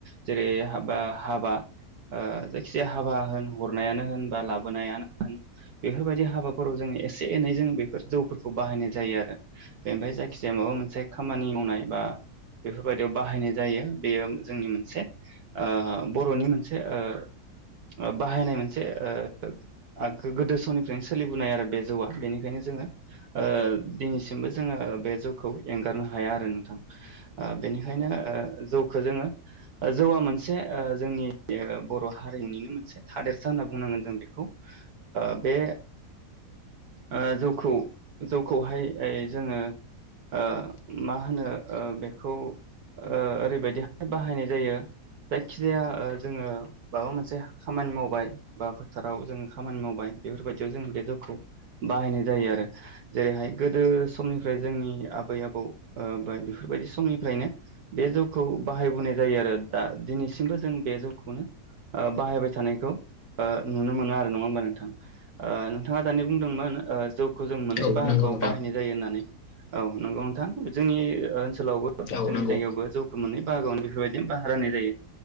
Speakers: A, on the right (about 65°); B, on the left (about 55°).
A: जेरै हाबा हाबा ओ जायखिजाया हाबा होन हरनायानो होन बा लाबोनायानो होन बेफोरबायदि हाबाफोराव जोङो एसे एनै जों बेफोर जौफोरखौ बाहायनाय जायो आरो बेनिफ्राय जायखिजाया माबा मोनसे खामानि मावनाय बा बेफोरबायदियाव बाहायनाय जायो बेयो जोंनि मोनसे ओ बर'नि मोनसे ओ बाहायनाय मोनसे ओ गोदो समनिफ्रायनो सोलिबोनाय आरो बे जौआ बेनिखायनो जोङो ओ दिनैसिमबो जोङो बे जौखौ एंगारनो हाया आरो नोंथां ओ बेनिखायनो ओ जौखो जोङो ओ जौआ मोनसे ओ जोंनि बर' हारिनिनो मोनसे ओ थादेरसा होनना बुंनांगोन जों बेखौ ओ बे ओ जौखौ जौखौहाय जोङो ओ मा होनो ओ बे खौ ओ ओरैबायदिहाय बाहायनाय जायो जायखिजाया जोङो माबा मोनसे खामानि मावबाय बा फोथाराव जोङो खामानि मावबाय बेफोरबायदियाव जों बे जौखौ बाहायनाय जायो आरो जेरैहाय गोदो समनिफ्राय जोंनि आबै आबौ ओ बे बेफोरबायदि समनिफ्रायनो बे जौखौ बाहायबोनाय जायो आरो दा दिनैसिमबो जों बे जौखौनो बाहायबाय थानायखौ ओ नुनो मोनो आरो नङा होमबा नोंथां नोंथाङा दानि बुंदोंमोन ओ जौखौ जों मोननै
B: औ
A: बाहागोआव
B: नंगौ नोंथां
A: बाहायनाय जायो होननानै औ नंगौ नोंथां जोंनि ओनसोलाव
B: औ
A: जोंनि
B: नंगौ
A: जायगायावबो जौखौ मोननै बाहागोआवनो बेफोरबायदिनो बाहागो राननाय जायो